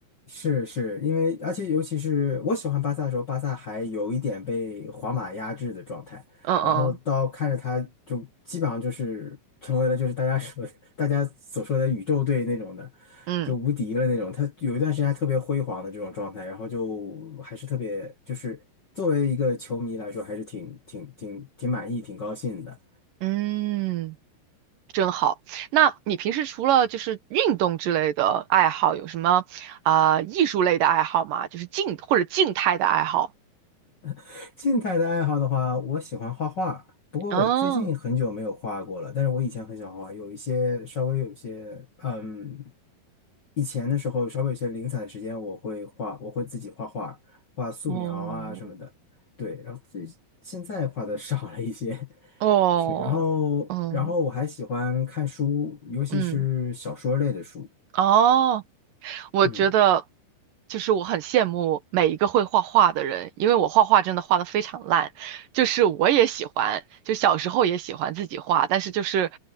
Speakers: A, on the left; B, on the right.
A: 是是因为，而且尤其是我喜欢巴萨的时候，巴萨还有一点被皇马压制的状态，
B: 嗯嗯
A: 然后到看着他就基本上就是成为了就是大家说 <laughs> 大家所说的宇宙队那种的，
B: 嗯。
A: 就无敌了那种。他有一段时间还特别辉煌的这种状态，然后就还是特别就是作为一个球迷来说，还是挺挺挺挺满意、挺高兴的。
B: 嗯，真好。那你平时除了就是运动之类的爱好，有什么啊、艺术类的爱好吗？就是静或者静态的爱好？
A: <laughs> 静态的爱好的话，我喜欢画画，不过我最近很久没有画过了。
B: 嗯，
A: 但是我以前很喜欢画画，有一些稍微有一些，嗯，以前的时候稍微有些零散的时间，我会画，我会自己画画，画素描啊什么的。
B: 哦，
A: 对，然后最现在画的 <laughs> 少了一些，<laughs>
B: 哦，
A: 是，然后然后我还喜欢看书，
B: 嗯
A: 尤其是小说类的书。
B: 嗯，哦。我觉得
A: 嗯，
B: 就是我很羡慕每一个会画画的人，因为我画画真的画的非常烂，就是我也喜欢，就小时候也喜欢自己画，但是就是